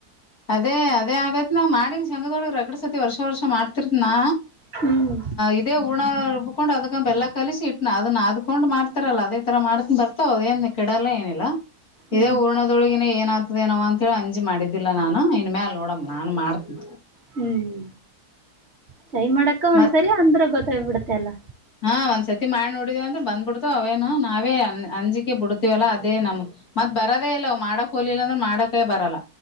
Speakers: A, on the left; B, on the right.
A: ಅದೇ ಅದೇ ಆಗೈತ್ ನ ಮಾಡಿನ್ ಶಂಗದೊಳಗಗ್ ರಗಡ ತಿ ವರ್ಷ ವರ್ಷ ಮಾಡ್ತಿರ್ದ್ನಾ
B: ಹ್ಮ್
A: ಇದೇ ಹಊಣ ರುಬ್ಕೊಂಡು ಅದಕ್ಕ ಬೆಲ್ಲ ಕಲಿಸಿ ಇಟ್ನ ಅದನ್ನ ಅ್ಕೊಂಡು ಮಾಡ್ತಾರಲ್ಲ ಅದೇ ತರ ಮಾಡ್ಕ ಬರ್ತಾವ ಅದೇನ್ ಕೆಡಲ್ಲ ಏನಿಲ್ಲ ಇದೇ
B: ಹ್ಮ್
A: ಊರ್ದ- ಅೊಳಗಿನ ಏನ್ ಆತದೇನೋ ಅಂತೇಳಿ ಅಂಜಿ ಮಾಡಿದ್ದಿಲ್ಲ ನಾನು ಇನ್ ಮೇಾಲ ನೋಡಮ್ಮ ನಾನನ್ ಮಾಡ್ತನಿ
B: ಹ್ಮ್ ಟ್ರೈ ಮಾಡಕ ಒಂದ್ಸರಿ
A: ಮತ್
B: ಅಂದ್ರೆ ಗೊತ್ತಾಗಬಿಡತ್ತೆ ಅಲ್ಲ
A: ಹಾ ಒಂದ್ಸರ್ತಿ ಮಾಡಿ ನೋಡಿದಿವವಿ ಅಂದ್ರ ಬಂದ್ಬಿಡ್ತವ ಅವೇನು ನಾವೇ ಅಂಜಿಕೆ ಬಿಡ್ತೀವಲ್ಲಾ ಅದೇ ನಮ್ ಮತ್ ಬರದೇ ಇಲ್ಲ ಅವ್ ಮಾಡಕ್ ಹೋಲಿಲ್ಲ ಅಂದ್ರೆ ಮಾಡಕ ಬರಲ್ಲ